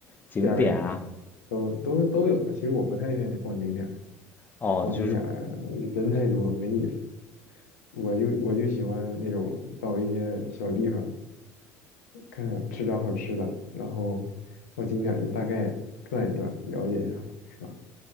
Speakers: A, on the left; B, on the left.
A: 景点啊？
B: 边儿上都都都有。其实我不太愿意逛景点儿，
A: 哦，
B: 逛景点儿人太多没意思。
A: 就是，
B: 我就我就喜欢那种到一些小地方，看吃点好吃的，然后到景点儿就大概转一转，了解一下，是吧？